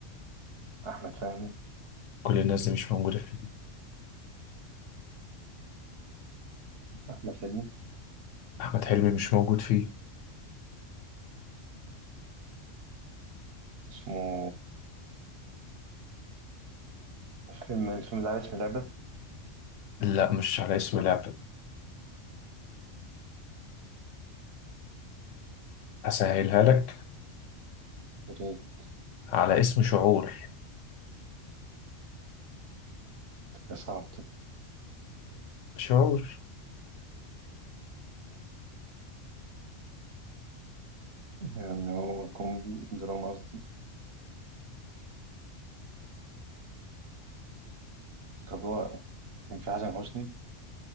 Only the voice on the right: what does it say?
أحمد فهمي
أحمد حلمي
اسمه فيلم الفيلم ده على اسم لعبة
ريت
يا صعب ده
يعني هو كوميدي دراما قصدي طب هو كان في حسن حسني